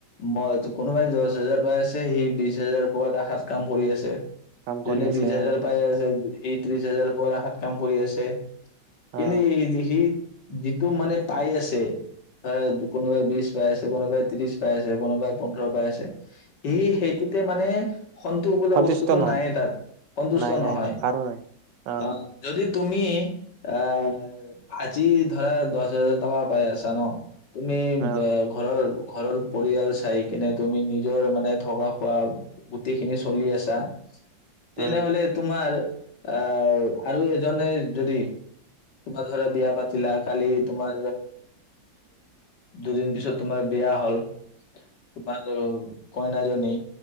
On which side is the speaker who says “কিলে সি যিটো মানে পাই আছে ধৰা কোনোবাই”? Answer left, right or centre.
Left